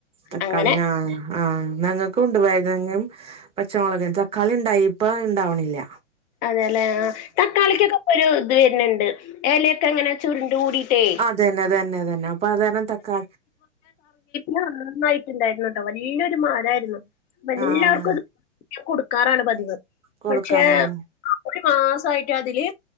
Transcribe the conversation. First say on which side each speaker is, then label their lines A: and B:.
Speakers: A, on the right; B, on the left.
A: തക്കാളി
B: അങ്ങനെ
A: ആഹ് ആഹ് ഞങ്ങൾക്ക്ണ്ട് വഴ്തെനങ്ങും പച്ചമുളക് തക്കാളി ഇണ്ടായിപ്പ ഇണ്ടാവണില്ല.
B: അതെല്ലെ ആ തക്കാളിക്കൊക്കെ പ്പൊരു ഇത് വരുന്നുണ്ട് ഇലയൊക്കെങ്ങനെ ചുരുണ്ട് കൂടിട്ടേ
A: തന്നെ തന്നെ തന്നെ അപ്പൊ അത് കാരണം തക്കാ
B: നന്നായിട്ടുണ്ടായിരുന്നട്ടോ വല്ലൊരു മരായിരുന്നു അപ്പ എല്ലാർക്കും
A: ആഹ്
B: അത് കൊടുക്കാറാണ് പതിവ്
A: കൊടുക്കാറാണ്
B: പക്ഷേ ഒരു മാസായിട്ട് അതില്